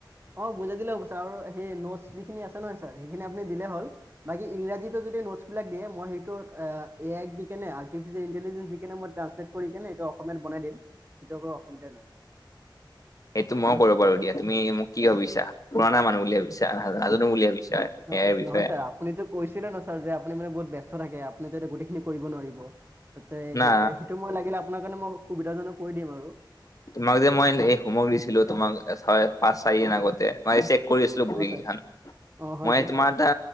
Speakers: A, on the right (about 25°); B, on the left (about 45°).
A: অ, বুজাই দিলে হ'ব ছাৰ আৰু সেই নটছ যিখিনি আছে নহয় ছাৰ, সেইখিনি আপুনি দিলেই হ'ল। বাকী ইংৰাজীতো যদি নোটছবিলাক দিয়ে, মই সেইটো এ এআইক দিকেনে, আৰ্টিফিচিয়েল ইণ্টেলিজেঞ্চ দিকেনে, মই ট্ৰান্ঞ্চলেট কৰি কেনে এইটো অসমীয়াত বনাই দিম। সেইটো একো অসুবিধা নাই।
B: সেইটো মও কৰিব পাৰোঁ দিয়া। তুমি মোক কি ভাবিছা? পুৰণা মানুহ বুলি ভাবিছা? নাজনো বুলি ভাবিছা?
A: নহয়
B: এ আই বিষয়ে!
A: নহয় ছাৰ আপুনিতো কৈছিলে ন ছাৰ? যে আপুনি মানে বহুত ব্যস্ত থাকে, আপুনিতো এতিয়া গোটেইখিনি কৰিব নোৱাৰিব। তাতে
B: না
A: সেইকাৰ, সেইটো মই লাগিলে আপোনাৰ কাৰণে মই সুবিধাজনক কৈ দিম আৰু
B: তোমাক যে মই এন এই হোমৱৰ্ক দিছিলোঁ, তোমাক <unintelligible> পাছ, চাৰি দিন আগতে মই চেক কৰি আছিলোঁ বহীগিখান।
A: অঁ ছাৰ অঁ হয়
B: মই
A: ছাৰ
B: তোমাৰ
A: হয়
B: এটা